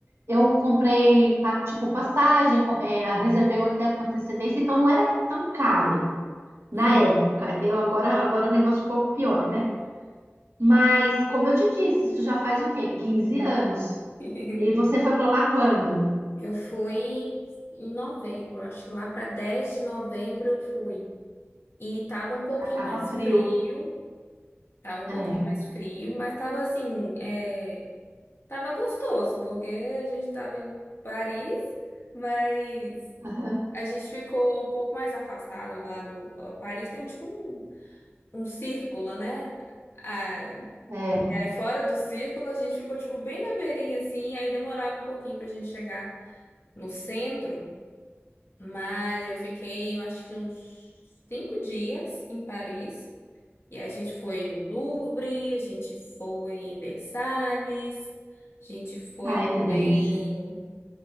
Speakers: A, on the right (about 70°); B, on the left (about 60°).
A: eu comprei pa- tipo passagem, co- é, reservei o hotel com antecedência, então não era tão caro na
B: Ah.
A: época. Eu agora, agora o negócio ficou pior, né? Mas como eu te disse, isso já faz o quê? quinze anos.
B: <laughs>
A: E você foi para lá quando?
B: Eu fui em novembro, acho que lá para 10 de novembro eu fui. E tava um pouquinho
A: Já tava
B: mais
A: frio.
B: frio, tava um pouquinho
A: É.
B: mais frio, mas tava assim, eh, Tava gostoso, porque a gente tava em Paris, mas
A: aham,
B: a gente ficou um pouco mais afastado lá do. ó, Paris tem tipo um, um círculo, né? Ah,
A: É.
B: e aí fora do círculo a gente ficou tipo bem na beirinha assim, e aí demorava um pouquinho pra gente chegar no centro, mas eu fiquei, eu acho que uns cinco dias em Paris. E a gente foi no Louvre, a gente foi em Versalhes, a gente foi
A: Ai,
B: também.
A: que delícia.